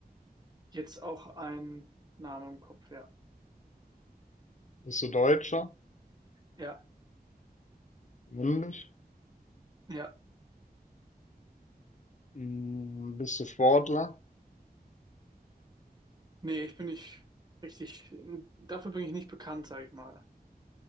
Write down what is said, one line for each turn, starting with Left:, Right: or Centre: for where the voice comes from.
Right: jetzt auch einen Namen im Kopf, ja.
Left: Bist du Deutscher?
Right: Ja,
Left: Männlich?
Right: ja.
Left: Mm, Bist du Sportler?
Right: Nee, ich bin nicht richtig. Dafür bin ich nicht bekannt, sage ich mal.